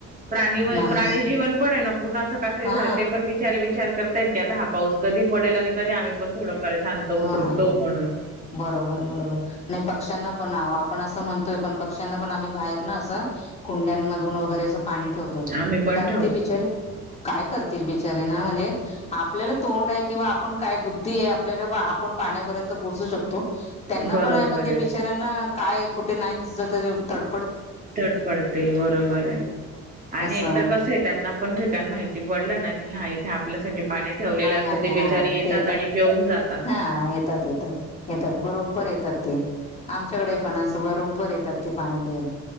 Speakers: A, on the right; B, on the left.
A: प्राणी
B: माणूस
A: प्राणी जीवन पण आहे ना पूर्ण असं कसं
B: हा
A: झालं ते पण विचारे विचार करतायत की आता हा पाऊस कधी पडेल आणि कधी आम्ही पण थोडंफार शांत उतरुकतो
B: हो ना हो
A: म्हणून
B: बरोबर बरोबर नाही पक्षांना ण आपण असं म्हणतोय पण पक्ष्यांना पण आम्ही बाहेर ना असं कुंड्यांमधून वगैरे पाणी ठेवतोय
A: आम्ही पण
B: कारण
A: ठेवतो.
B: ते बिचारे काय करतील बिचारेना म्हणजे आप आपल्याला तोंड आहे किंवा आपण काय बुद्धी आहे आपल्याला आपण पाण्यापर्यंत पोचू शकतो त्यांना
A: बरोबर
B: पण पण ते
A: आहे
B: बिचाऱ्यांना काय कुठे नाही दिसलं तरी तड
A: तड पडतील बरोबर आहे आणि
B: असं
A: एकदा कस आहे त्यांना पण ठिका माहिती पडलं ना की हा आपल्यासाठी पाणी ठेवलेलं असं
B: आहे
A: ते
B: हा
A: बेचारी येतात
B: ते
A: आणि पिऊन जातात
B: हा येतात येतात येतात बरोबर येतात ते आमच्याकडे पण असं बरोबर येतात ते पाणी प्यायला